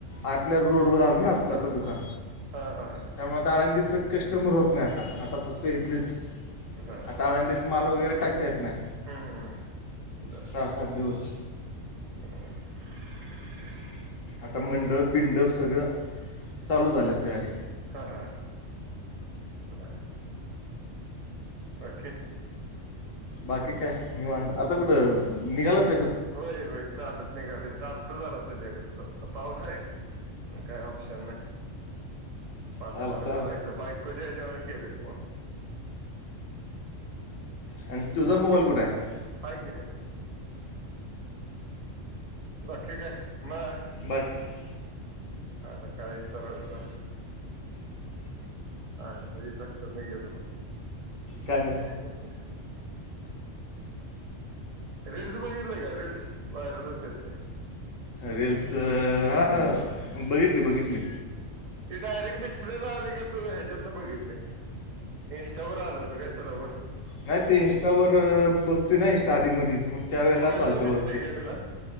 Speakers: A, on the left; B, on the right.
A: आतल्या रोडवर आलं ना आपलं आता दुकान
B: हा हा हा
A: त्यामुळे आता आळंदीचं कस्टमर होत नाही आता आता फक्त
B: बर
A: इथलीच
B: बर
A: आता आळंदीत माल वगैरे टाकत येत नाही
B: हम्म हम्म बर
A: सहा सात दिवस
B: <inaudible>
A: आता मंडप बिंडप सगळं चालू झालं तयारी
B: हा हा ह बर बाकी
A: बाकी काय निवांत आता कुठं निघालाच
B: होय होय चालत निघालोय चालतो जरा तुझ्यागतच आता पाऊस आहे आणि काय ऑप्शन नाही पाच
A: चाल
B: कॉल
A: चाल
B: करायचं बायकोच्या हेज्यावरण केलेत फोन
A: आणि तुझा
B: बाकी
A: मोबाईल कुठं आहे
B: हाय कि बाकी काय म
A: बाकी
B: आला काय विचार होता हा लक्षातनं गेलं बघ ह
A: काय
B: ह रील्स बघितल्या काय रील्स व्हायरल होत्यात त्या
A: रील्स हा
B: का
A: बघितली बघितली
B: ती डायरेक्ट डिस्प्लेला आली का तू ह्याच्यात ना बघितले इंस्टावर आलं होतं काय तुला वर
A: नाही ते इंस्टावर बघतय ना इंस्टा आधी मधी त्या वेळेला
B: उघडल्यावर
A: चालतं
B: दिसतय
A: वरती
B: काय तुला